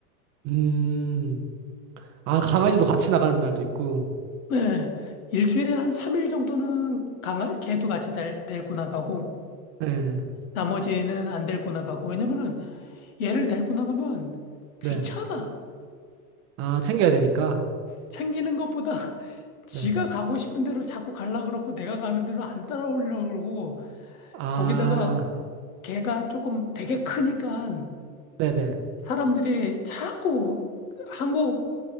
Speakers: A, on the right; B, on the left.
A: 음. 아, 강아지도 같이 나가는 날도 있고.
B: 네, 일주일에 한 3일 정도는 강아, 걔도 같이 달, 데리고 나가고
A: 네.
B: 나머지는 안 데리고 나가고. 왜냐면은 얘를 데리고 나가면
A: 네.
B: 귀찮아.
A: 아, 챙겨야 되니까.
B: 챙기는 것보다 <laughs> 지가
A: 네.
B: 가고 싶은 대로 자꾸 갈라 그러고 내가 가는 대로 안 따라오려고 그러고
A: 아,
B: 거기다가 걔가 조금 되게 크니까
A: 네네.
B: 사람들이 자꾸 한국